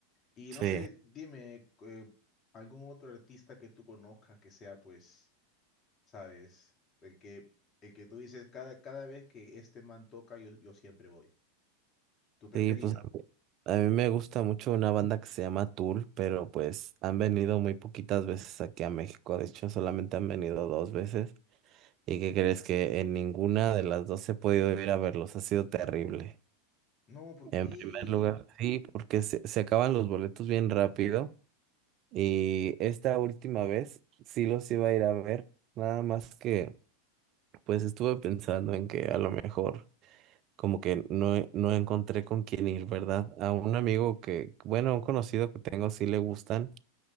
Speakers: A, on the left (about 35°); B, on the right (about 45°).
A: Y
B: Sí,
A: no sé, dime, eh, algún otro artista que tú conozcas que sea, pues, sabes, el que, el que tú dices cada, cada vez que este man toca, yo, yo siempre voy tu preferido.
B: sí, pues a mí, a mí me gusta mucho una banda que se llama Tool, pero pues han venido muy poquitas veces aquí a México, de hecho solamente han venido dos veces. ¿Y qué crees que en ninguna de las dos he podido ir a verlos? Ha sido terrible.
A: No, ¿por qué?
B: En primer lugar, sí, porque se, se acaban los boletos bien rápido y esta última vez sí los iba a ir a ver, nada más que pues estuve pensando en que a lo mejor como que no, e- no encontré con quién ir, ¿verdad? A un amigo que, bueno, un conocido que tengo sí le gustan